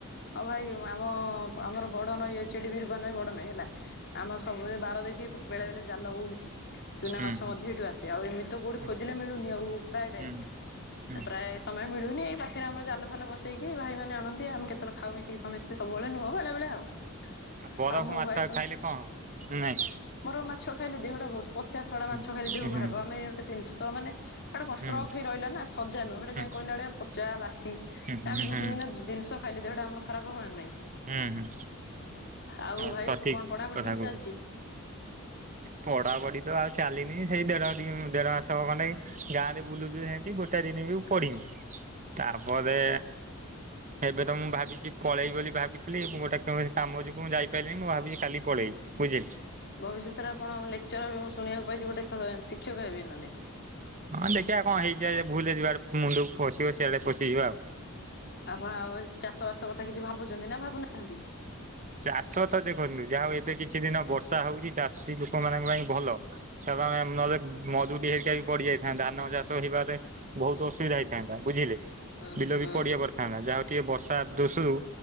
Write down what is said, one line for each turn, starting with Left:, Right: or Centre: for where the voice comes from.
Left: ହଉ ଭାଇ ଆମ ଆମର ବଡ଼ ନଈ ଅ ସେଠିବି <unintelligible> ବଡ ନାହିଁ ହେଲା ଆମର ସବୁବେଳେ ବାର ଦେଖି ବେଳେ ବେଳେ ଜାଲ ବୋହୁଛି। ଚୁନା
Right: ହୁଁ
Left: ମାଛ ମଧ୍ୟ ଏଇଠୁ ଆସେ ଆଉ ଏମିତି କୋଉଠି
Right: ହୁଁ
Left: ଖୋଜିଲେ ମିଳୁନି ଆଉ ପ୍ରାୟ ଟାଇମ୍
Right: ହୁଁ ହୁଁ।
Left: ପ୍ରାୟ ସମୟ ମିଳୁନି ଏଇ ପାଖରେ ଆମର ଜାଲ ଫାଲ ବସେଇକି ଭାଇମାନେ ଆଣନ୍ତି ଆମେ କେ ତେଳେ ଖାଉ ମିଶିକି ସମସ୍ତେ ସବୁବେଳେ ହଁ ବେଳେ ବେଳେ ଆଉ
Right: ବରଫ
Left: ଆଉ ମୁଁ
Right: ମାଛ
Left: ଭାଇ ଶୁଣେ
Right: ଖାଇଲେ କଣ ହବ ନାଇଁ।
Left: ବରଫ ମାଛ ଖାଇଲେ ଦେହଟା ବହୁତ ପଚା ଶଡା
Right: ହୁଁ
Left: ମାଛ ଖାଇଲେ ଦେହ ଖରାପ
Right: ହୁଁ
Left: ହ ଗୋଟେ ଜିନିଷ ମାନେ ହେଟା କଣ
Right: ହୁଁ
Left: ଷ୍ଟ୍ରକ୍ ହେଇ ରଇଲ ନା ସଜାନୁଅ ହେଟା
Right: ହୁଁ
Left: ଯାଇଁ କଇଲା ବଳିଆ ପଚା ବାସି
Right: ହୁଁ ହୁଁ ହୁଁ
Left: ଆମେ ଦି
Right: ହୁଁ
Left: ତିି ଦିନ ର ଦିନିଷ ଖାଇଲେ ଦେହଟା ଆମର ଖରାପ ହବ ନା ନାଇଁ?
Right: ହୁଁ ହୁଁ।
Left: ଆଉ
Right: ହଁ
Left: ଭାଇ
Right: ସଠିକ୍
Left: ତୁ କଣ ପଢାପୁଢି
Right: କଥା
Left: କେମିତି
Right: କହୁଛ।
Left: ଚାଲିଚି?
Right: ପଢାପଢି ତ ଆଉ ଚାଲିନି ସେଇ ଦେଢ଼ ଦି ଦେଢ଼ ମାସେ ହବ ଖଣ୍ଡେ କି ଗାଁରେ ବୁଲୁଚୁ ସେମିତି ଗୋଟେ ଦିନ ବି ପଡ଼ିନି। ତାପରେ ଏବେ ତ ମୁଁ ଭାବିଚି ପଳେଇ ବୋଲି ଭାବିଥିଲି ଏବଂ ଗୋଟେ କେମିତି କାମ ଜୋ ଗୁ ମୁଁ ଯାଇପାଇଲିନି ମୁଁ ଭାବୁଚି କାଲି ପଳେଇବି ବୁଝିଲେ।
Left: ଭବିଷ୍ୟତରେ ଆପଣ ଲେକଚର ହେବେ ମୁଁ ଶୁଣିବାକୁ ପାଇଚି ଗୋଟେ ଶ-ଶିକ୍ଷକ ହେବେ ନହେଲେ।
Right: ହଁ ଦେଖିଆ କଣ ହେଇଯାଏ ଭୁଲ ରେ ଯିଆଡେ ମୁଣ୍ଡୁକୁ ପଶିବ ସିଆଡେ ପଶିଯିବା ଆଉ।
Left: ଆପଣ ଆଉ ଚାଷ ବାସ କଥା କିଛି ଭାବୁଚନ୍ତି ନା ଭାବୁନାହାନ୍ତି?
Right: ଚାଷ ତ ଦେଖନ୍ତୁ ଯାହା ହଉ ଏବେ କିଛି ଦିନ ବର୍ଷା ହଉଚି ଚାଷୀ ଲୋକମାନଙ୍କ ପାଇଁ ଭଲ। <unintelligible> ନହେଲେ ମରୁଡ଼ି ହେରିକା ବି ପଡିଯାଇଥାନ୍ତା ଧାନ ଚାଷ ହେବାରେ ବହୁତୁ ଅସୁବିଧା ହେଇଥାନ୍ତା ବୁଝିଲେ।
Left: ହୁଁ
Right: ବିଲ
Left: ହୁଁ
Right: ବି ପଡିଆ ପଡିଥାନ୍ତା ଯାହା ହଉ ଟିକେ ବର୍ଷା ଦୋଶୁରୁ